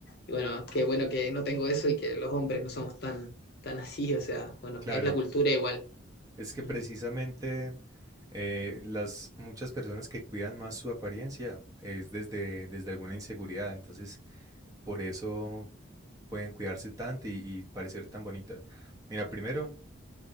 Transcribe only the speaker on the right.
Claro,
Es que
precisamente eh, las muchas personas que cuidan más su apariencia es desde, desde alguna inseguridad, entonces por eso pueden cuidarse tanto y, y parecer tan bonitas. Mira, primero